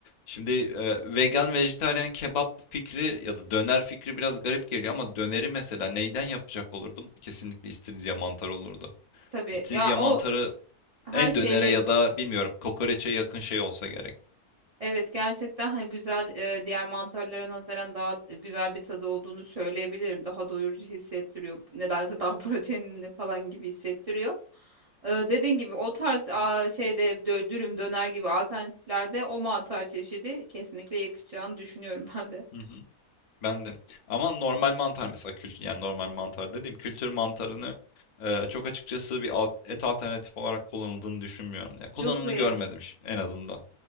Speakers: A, on the left; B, on the right.
A: Şimdi e, vegan, vejetaryen, kebap fikri ya da döner fikri biraz garip geliyor ama döneri mesela neyden yapacak olurdum? Kesinlikle istiridye mantarı olurdu.
B: Tabii
A: İstiridye
B: ya
A: mantarı
B: o Her
A: en
B: şeyle
A: dönere ya da bilmiyorum kokoreçe yakın şey olsa gerek.
B: evet gerçekten hani güzel e, diğer mantarlara nazaran daha güzel bir tadı olduğunu söyleyebilirim. Daha doyurucu hissettiriyor. Nedense daha <laughs> proteinli falan gibi hissettiriyor. E, dediğin gibi o tarz a, şeyde dö- dürüm döner gibi alternatiflerde o mantar çeşidi kesinlikle yakışacağını düşünüyorum <laughs> ben de.
A: Hı hı. Ben de. Ama normal mantar mesela kültür yani normal mantar dediğim kültür mantarını e, çok açıkçası bir al- et alternatif olarak kullanıldığını düşünmüyorum. Yani kullanımını
B: Yok hayır.
A: görmedim ş- en azından.